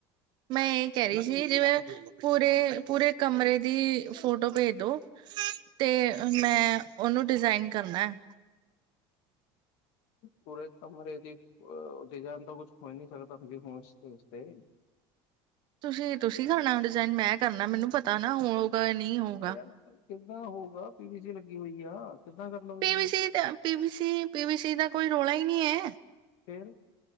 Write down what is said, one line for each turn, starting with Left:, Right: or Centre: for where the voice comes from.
Right: ਮੈਂ ਇਹ ਕਹਿ ਰਹੀ ਸੀ ਜਿਵੇਂ ਪੂਰੇ, ਪੂਰੇ ਕਮਰੇ ਦੀ ਫੋਟੋ ਭੇਜ ਦੋ। ਤੇ ਮੈਂ ਉਹਨੂੰ ਡਿਜ਼ਾਇਨ ਕਰਨਾ।
Left: ਪੂਰੇ ਕਮਰੇ ਦੀ ਉਹ ਉ ਡਿਜ਼ਾਇਨ ਤਾਂ ਕੁਛ ਹੋ ਨਹੀਂ ਸਕਦਾ ਹੁਣ ਇਸ ਸਟੇਜ ਤੇ।
Right: ਤੁਸੀਂ, ਤੁਸੀਂ ਕਰਨਾ ਡਿਜ਼ਾਇਨ ਮੈਂ ਕਰਨਾ। ਮੈਨੂੰ ਪਤਾ ਨਾਂ ਹੋਗਾ ਨਹੀਂ ਹੋਊਗਾ।
Left: ਉਹ ਯਾਰ ਕਿੱਦਾਂ ਹੋਊਗਾ ਪੀ ਵੀ ਸੀ ਲੱਗੀ ਹੋਈ ਆ। ਕਿੱਦਾਂ ਕਰ ਲਓਗੇ
Right: ਪੀਵੀਸੀ
Left: ਤੁਸੀਂ
Right: ਦਾ ਪੀਵੀ ਪੀਵੀ ਸੀ ਦਾ ਕੋਈ ਰੌਲਾ ਈ ਨਈਂ ਐ।
Left: ਫਿਰ।